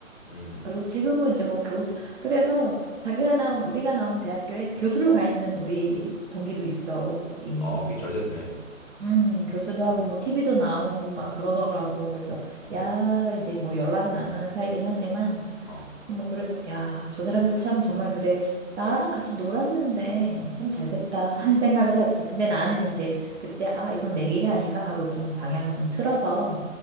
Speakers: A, on the left (about 35°); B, on the right (about 60°).
A: 음.
B: 그리고 지금은 이제 뭐 교수, 그래서 자기가 나온, 우리가 나온 대학교에 교수로 가 있는 우리 동기도 있어, 이미.
A: 어, 되게 잘 됐네.
B: 음, 교수도
A: 음,
B: 하고 뭐 TV도 나오고 막 그러더라고. 그래서
A: 음,
B: 야, 이제 뭐 연락은 안 하는 사이긴 하지만
A: 어.
B: 뭐 그래서 야, 저 사람들 참 정말 그래. 나랑 같이 놀았는데 참 잘 됐다 <laughs> 하는 생각을 하지. 근데 나는 이제 그때 아, 이건 내 길이 아닌가 하고 좀 방향을 좀 틀어서